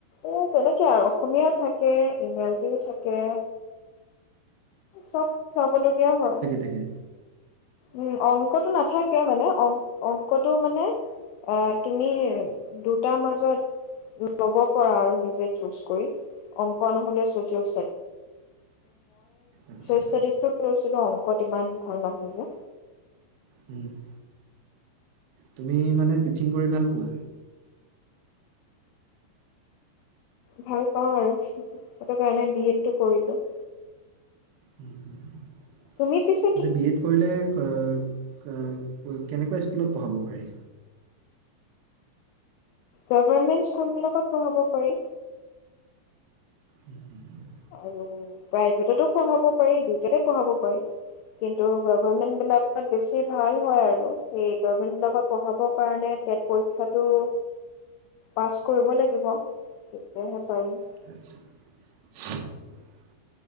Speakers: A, on the left (about 85°); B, on the right (about 90°).
A: এ তেনেকে আৰু অসমীয়া থাকে ইংৰাজীও থাকে চব চাবলগীয়া হয়
B: থাকি
A: উম অংকটো নাথাকে মানে অং অংকটো মানে আহ তুমি দুটাৰ মাজত ল'ব পৰা আৰু নিজে চুজ কৰি অং নহলে ছছিয়েল
B: আচ্ছা
A: ইষ্টদী লৈছিলোঁ অংকত ইমান ভাল নহয় যে
B: হম <inaudible> তুমি মানে টিচিং কৰি ভাল পোৱা
A: ভাল পাওঁ আৰু সেইটো কাৰণে বি এডটো কৰিলো
B: উম হুম <inaudible>
A: তুমি পিছ
B: তাৰপিছত বি এড কৰিলে কেনেকুৱা স্কুলত পঢ়াব পাৰি
A: গভমেণ্ট স্কুলবিলাকত পঢ়াব পাৰি
B: উম হুম <inaudible>
A: আৰু প্ৰাইভেটতো পঢ়াব পাৰি দুইটাতে পঢ়াব পাৰি কিন্তু গভমেন্ট বিলাকত বেছি ভাল হয় আৰু সেই গভমেন্টৰ লগত পঢ়াবৰ কাৰণে টেট পৰীক্ষাটো পাছ কৰিব‌ লাগিব তেতিয়াহে পাৰিম।
B: <inaudible>